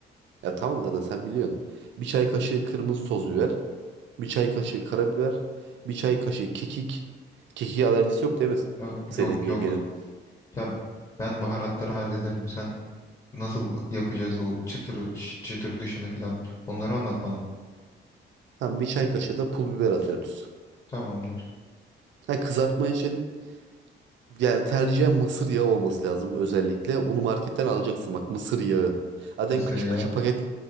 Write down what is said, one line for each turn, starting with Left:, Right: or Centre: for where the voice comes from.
Right: ya tamam zaten sen biliyorsun. Bir çay kaşığı kırmızı toz biber. Bir çay kaşığı karabiber. Bir çay kaşığı kekik. Kekiğe alerjisi yok değil mi?
Left: Yok
Right: Senin
Left: yok
Right: yengenin.
Left: yok. Ya ben baharatları hallederim. Sen nasıl yapacağız o çıtır ş- çıtır dışını filan. Onları anlat bana.
Right: Tamam bir çay kaşığı da pul biber atıyoruz.
Left: Tamamdır.
Right: Ha, kızartma için Yani tercihen mısır yağı olması lazım özellikle. Bunu marketten alacaksın bak mısır yağı. Zaten
Left: Mısır
Right: küçük
Left: yağı.
Right: küçük paket